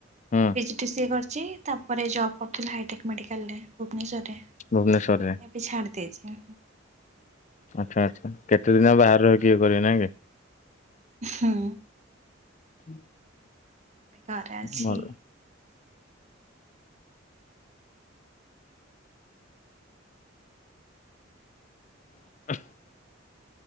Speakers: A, on the left; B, on the right.
A: ହୁଁ।
B: ପିଜିଟିସିଏ କରିଛି, ତାପରେ ଜବ୍ କରୁଥିଲି ହାଇଟେକ୍ ମେଡ଼ିକାଲରେ ଭୁବନେଶ୍ୱରରେ।
A: ଭୁବନେଶ୍ୱରରେ।
B: ଏବେ ଛାଡ଼ି ଦେଇଛି।
A: ଆଚ୍ଛା ଆଚ୍ଛା କେତେ ଦିନ ଆଉ ବାହାରେ ରହିକି ଇଏ କରିବେ ନାଇଁ କି।
B: ହୁଁ।
A: <inaudible>
B: ଘରେ ଅଛି।
A: ଭଲ <inaudible>